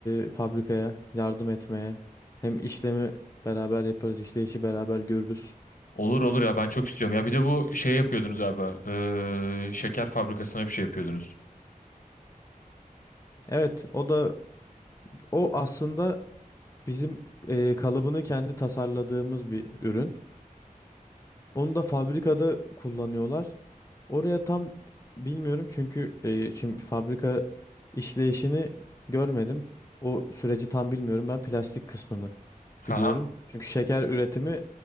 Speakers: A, on the left; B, on the left.
A: e, fabrikaya yardım etmeye. Hem işlemi beraber yaparız, işleyişi beraber görürüz.
B: Olur olur ya ben çok istiyorum. Ya bir de bu şey yapıyordunuz abi. eee, şeker fabrikasına bir şey yapıyordunuz.
A: Evet, o da o aslında bizim e, kalıbını kendi tasarladığımız bir ürün. Onu da fabrikada kullanıyorlar. Oraya tam bilmiyorum çünkü e, şimdi fabrika işleyişini görmedim. O süreci tam bilmiyorum. Ben plastik kısmını biliyorum.
B: Aha.
A: Çünkü şeker üretimi